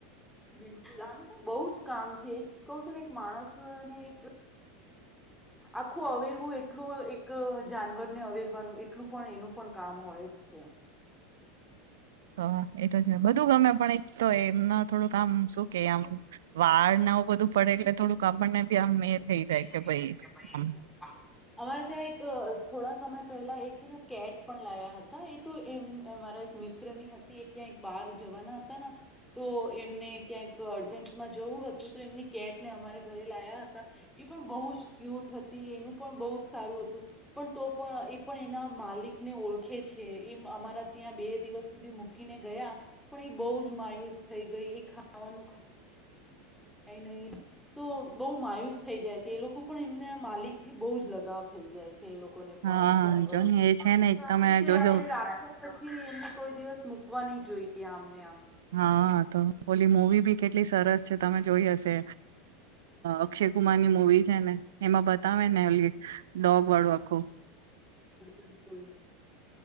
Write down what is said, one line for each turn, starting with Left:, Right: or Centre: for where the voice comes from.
Centre: બિલકુલ આનું બહુ જ કામ છે કહ છું ને એક માણસને એક આખું અવેરવું એટલું એક જાનવરને અવેરવાનું એટલું પણ એનું પણ કામ હોય જ છે.
Right: હ એતો છે બધું ગમે પણ એક તો એમના. થોડુંક આમ શું કેમ વાળ
Centre: હા
Right: નાવ બધું પડે એટલે થોડુંક આપણ ને તી આ મેં થઈ જાય.
Centre: અમારે
Right: કે ભાઈ આમ
Centre: ત્યાં એક થોડા સમય પહેલા એને કેટ પણ લાયા હતા એ તો એમ મારા એક મિત્રની હતી એ ક્યાંય બહાર જવાના હતા તો એમને ક્યાંક અર્જન્ટમાં જવું હતું તો એમની કેટ ને અમારે ઘરે લાયા હતા એ પણ બહુ જ ક્યુટ હતી એનું પણ બહુ જ સારું હતું પણ તો પણ એ પણ એના માલિકને ઓળખે છે એ અમારા ત્યાં બે દિવસ સુધી મૂકીને ગયા પણ એ બહુ જ માયુસ થઈ ગઈ એ ખાવાનું. કઈ નહી તો બહુ માયુસ થઈ જાય છે એ લોકો પણ એમને માલિક થી બહુ જ લગાવ થઈ જાય છે. લોકોને પણ
Right: હા
Centre: જાનવરો
Right: જો ને એ છે ને એક
Centre: આવી
Right: તમે
Centre: રીતે
Right: જોજો
Centre: આપણે રાખ્યા પછી એમને કોઈ દિવસ મૂકવા નહી જોઈએ આમનેમ.
Right: હા તો ઓલી મૂવી કેટલી સરસ છે. તમે જોઈ હશે અક્ષય કુમારની મુવી છે ને એમાં બતાવે ને ડોગ વાળો આખું.
Centre: બિલકુલ